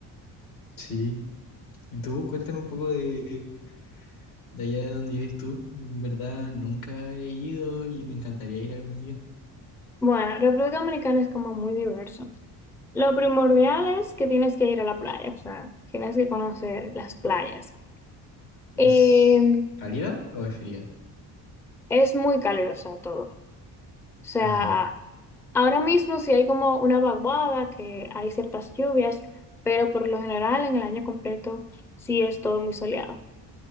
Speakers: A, on the left (about 85°); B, in the centre.
A: Sí. ¿Y tú? Cuéntame un poco de, de allá de donde vives tú. En verdad, nunca he ido y me encantaría ir algún día.
B: Bueno, República Dominicana es como muy diverso. Lo primordial es que tienes que ir a la playa, o sea, tienes que conocer las playas.
A: ¿Es
B: Eh,
A: cálida o es fría?
B: es muy cálido, o sea, todo. O sea,
A: Ah, ya,
B: Ahora mismo sí hay como una vaguada, que hay ciertas lluvias, pero por lo general en el año completo sí es todo muy soleado.